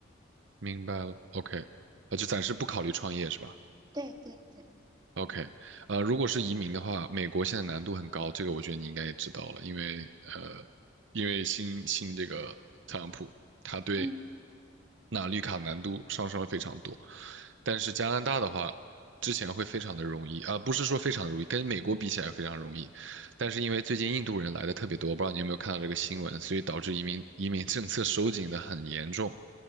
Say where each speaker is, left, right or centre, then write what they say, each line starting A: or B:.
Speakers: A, on the right; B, on the right.
A: 明白了，OK，呃，就暂时不考虑创业是吧
B: 对对对，
A: ？OK，呃，如果是移民的话，美国现在难度很高，这个我觉得你应该也知道了，因为呃，因为新新这个特朗普，他对
B: 嗯
A: 那绿卡难度上升了非常多。但是加拿大的话，之前会非常的容易啊，不是说非常容易，跟美国比起来非常容易。但是因为最近印度人来的特别多，我不知道你有没有看到这个新闻，所以导致移民移民政策收紧的很严重。